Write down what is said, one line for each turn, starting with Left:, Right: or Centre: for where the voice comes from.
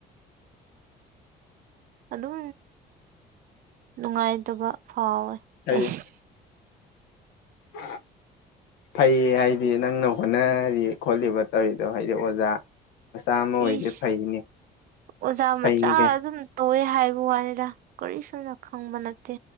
Right: ꯑꯗꯨꯝ ꯅꯨꯡꯉꯥꯏꯇꯕ ꯐꯥꯎꯋꯦ ꯑꯩꯁ
Left: ꯍꯥꯏꯗꯤ <inaudible> ꯐꯩꯌꯦ ꯍꯥꯏꯗꯤ ꯅꯪꯅ ꯍꯣꯠꯅꯔꯤ ꯈꯣꯠꯂꯤꯕ ꯇꯧꯔꯤꯗꯣ ꯍꯥꯏꯗꯤ ꯑꯣꯖꯥ ꯃꯆꯥ ꯑꯃ ꯑꯣꯏꯁꯦ
Right: ꯏꯁ
Left: ꯐꯩꯅꯦ
Right: ꯑꯣꯖꯥ ꯃꯆꯥ
Left: ꯐꯩꯅꯦ ꯀꯩꯅꯣ
Right: ꯑꯗꯨꯝ ꯇꯧꯋꯦ ꯍꯥꯏꯕ ꯋꯥꯅꯤꯗ ꯀꯔꯤꯁꯨꯨꯝꯅ ꯈꯪꯕ ꯅꯠꯇꯦ